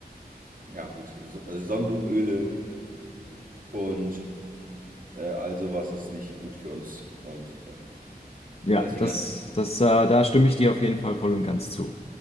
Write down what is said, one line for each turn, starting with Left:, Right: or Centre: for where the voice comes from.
Right: Ja, gut. So, äh, Sonnenblumenöle und äh, all sowas ist nicht gut für uns. Und ja,
Left: Ja,
Right: das
Left: das,
Right: ist die
Left: das, äh, da stimme ich dir auf jeden Fall voll und ganz zu.